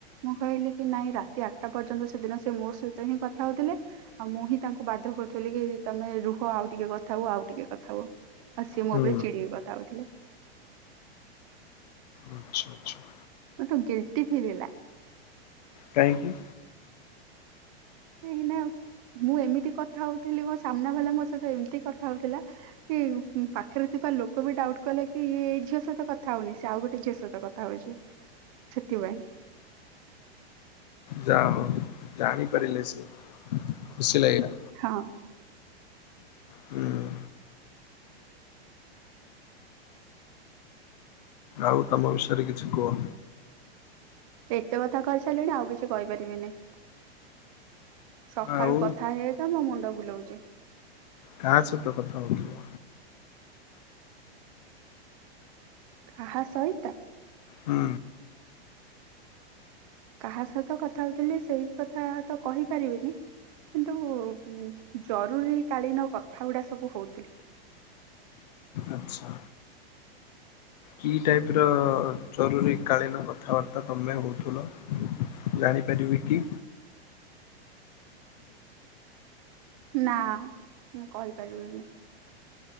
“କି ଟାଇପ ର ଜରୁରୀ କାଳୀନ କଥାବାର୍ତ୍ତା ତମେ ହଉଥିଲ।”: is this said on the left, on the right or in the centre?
Left